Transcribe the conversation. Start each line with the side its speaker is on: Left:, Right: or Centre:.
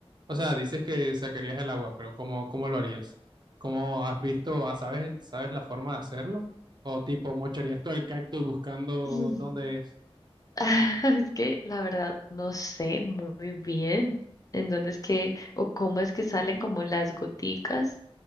Right: o sea, dices que sacarías el agua, pero ¿cómo, cómo lo harías? ¿Cómo has visto, ah, sabes, el- sabes la forma de hacerlo? O tipo, mocharías todo el cactus buscando
Left: Mm.
Right: dónde es.
Left: <laughs> Es que la verdad no sé muy bien en dónde es que o cómo es que salen como las goticas,